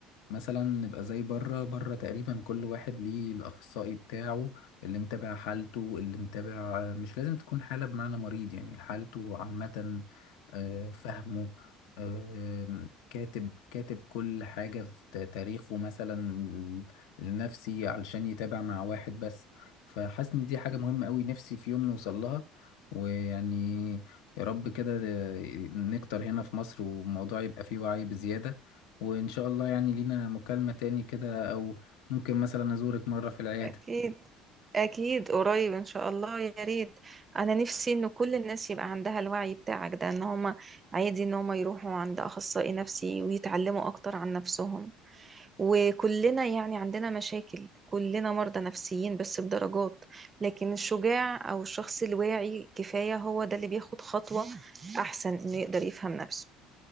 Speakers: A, on the left (about 90°); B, on the right (about 20°).
A: مثلا نبقى زي بره بره تقريبا كل واحد ليه الأخصائي بتاعه اللي متابع حالته اللي متابع مش لازم تكون حالة بمعنى مريض يعني حالته عامة آه، فهمه آه، كاتب كاتب كل حاجة في تا- تاريخه مثلا ال- النفسي علشان يتابع مع واحد بس فحاسس إن دي حاجة مهمة أوي نفسي في يوم نوصل لها ويعني يا رب كده آه، نكتر هنا في مصر والموضوع يبقى فيه وعي بزيادة وإن شاء الله يعني لينا مكالمة تاني كده أو ممكن مثلا أزورك مرة في العيادة
B: اكيد اكيد قريب ان شاء الله يا ريت انا نفسي ان كل الناس يبقى عندها الوعي بتاعك ده ان هما عادي ان هما يروحوا عند اخصائي نفسي ويتعلموا اكتر عن نفسهم وكلنا يعني عندنا مشاكل كلنا مرضى نفسيين بس بدرجات لكن الشجاع او الشخص الواعي كفاية هو ده اللي بياخد خطوة احسن انه يقدر يفهم نفسه